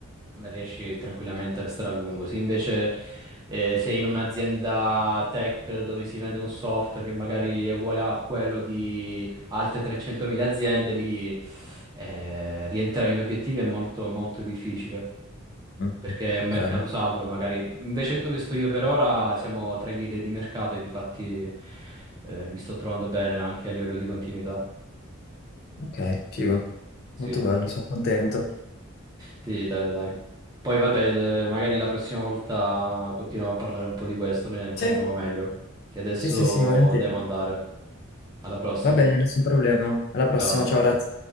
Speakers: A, on the right (about 20°); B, on the left (about 50°).
A: riesci tranquillamente a restare a lungo. Se invece eh, sei in un'azienda tech dove si vende un software che magari è uguale a quello di altre 300.000 aziende, lì eh, rientrare negli obiettivi è molto, molto difficile.
B: Mhm.
A: Perché è un mercato
B: Ok,
A: saturo, magari. Invece dove sto io per ora siamo tra i leader di mercato e di fatti eh, mi sto trovando bene anche a livello di continuità.
B: ok, figo.
A: Sì.
B: Molto bello, sono contento.
A: Sì, dai, dai, dai. Poi vabbè, eh, magari la prossima volta continuiamo a parlare un po' di questo, ne parliamo
B: Sì.
A: meglio. Che adesso
B: Sì, sì, sì, volentieri.
A: devo andare. Alla prossima.
B: Va bene, nessun problema. Alla prossima,
A: Ciao.
B: ciao, ragazzi.